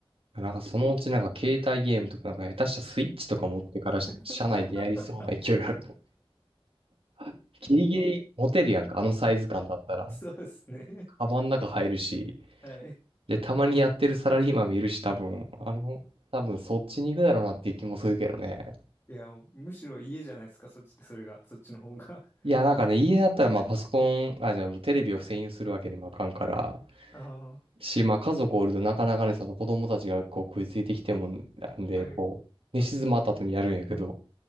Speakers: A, on the right; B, on the left.
A: あ、なんかそのうちなんか携帯ゲームとかなんか下手したスイッチとか持ってからし車内でやりそうな勢いがあるもん。
B: <laughs>
A: <laughs> ギリギリ持てるやんか、あのサイズ感だったら。
B: そうですね。
A: カバンの中入るし。
B: はい。
A: で、たまにやってるサラリーマン見るし、多分、あの、多分そっちに行くだろうなっていう気もするけどね。
B: いや、むしろ家じゃないですか、そっち、それが、そっちの方が。<laughs>
A: いや、なんかね、家だったらまあパソコン、あ、じゃあテレビを占有するわけにもあかんから、
B: あ
A: し、まあ家族おるとなかなかね、その子供たちがこう食いついてきてもなんで、
B: あ、はい、
A: こう、寝静まった後にやるんやけど、